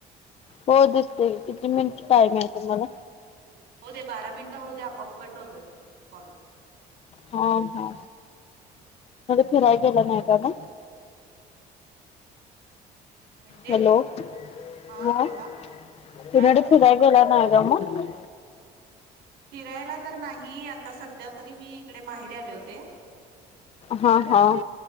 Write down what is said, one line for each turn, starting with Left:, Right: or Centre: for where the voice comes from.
Left: हो दिसते किती मिनिट टाइम आहे तुम्हाला
Right: होऊ दे बारा मिनिटं होऊ दे आपआप कट होतोय कॉल.
Left: हा हा.
Right: हा,
Left: फिराय गेला नाही आपण
Right: म्हणजे
Left: हॅलो कोन
Right: हा बोला
Left: कुराडे
Right: काय म्हंटला
Left: फिराय गेला नाही. दमून
Right: फिरायला तर नाही आता सध्या तरी मी इकडे माहेरे आले होते.
Left: हा हा.